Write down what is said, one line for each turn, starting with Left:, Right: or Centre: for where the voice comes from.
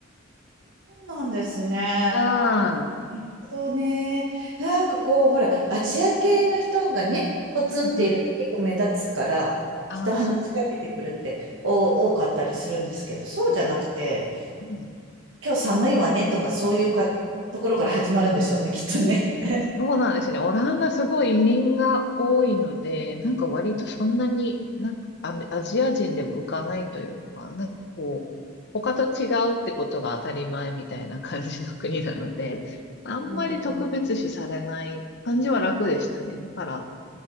Right: そうなんですね。な
Left: ああ、
Right: るほどね。なんかこう、ほら、アジア系の人がね、ポツンっていると結構目立つから、
Left: うんうん。
Right: 人話しかけてくるってお多かったりするんですけど、
Left: ああ、そう、
Right: そうじゃなくて、
Left: うん
Right: 今日寒いわねとか、そういうかところから始まるんでしょうね、きっとね。
Left: そうなんですね。オランダすごい移民が多いので、なんか割とそんなに、なんかアメアジア人でも浮かないというか、なんかこう、他と違うってことが当たり前みたいな感じの国なので、<laughs> あんまり特別視されない感じは楽でしたね。
Right: うん
Left: だから、